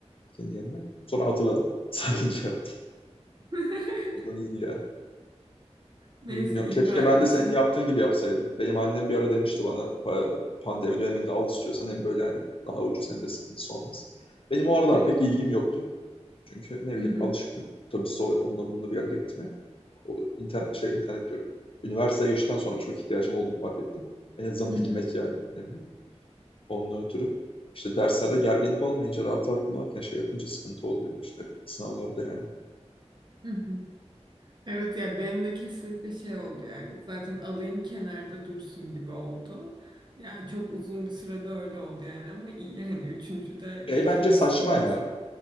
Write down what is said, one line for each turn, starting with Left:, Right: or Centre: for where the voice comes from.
Left: kendi kendime. Sonra hatırladım. <laughs> Sakince yaptım.
Right: <laughs>
Left: Ondan iyiydi ya.
Right: Neyse
Left: Bilmiyorum.
Right: iyi
Left: Keşke
Right: bari
Left: ben
Right: üçün
Left: de senin yaptığın gibi yapsaydım. Benim annem bir ara demişti bana pa- pandemi döneminde al istiyorsan hem böyle hani daha ucuz hem de sıkıntısı olmaz. Benim o aralar
Right: aynen.
Left: pek ilgim yoktu. Çünkü ne bileyim
Right: Hı hı.
Left: alışıktım otobüste o- onunla bununla bir yerlere gitmeye. O internet, şey, internet diyorum. Üniversiteye geçtikten sonra çok ihtiyacım olduğunu fark ettim. En azından
Right: Hı
Left: bilmek
Right: hı.
Left: yani önemli. Ondan ötürü. İşte derslerde gerginlik olmayınca rahat rahat kullanırken şey yapınca sıkıntı oldu yani işte sınavlarda yani.
Right: Hı hı. Evet yani benim de kesinlikle şey oldu yani zaten alayım kenarda dursun gibi oldu. Yani çok uzun bir sürede öyle oldu yani ama iyi yani üçüncüde
Left: Şey
Right: geçmişsin
Left: bence saçma
Right: yani.
Left: ya.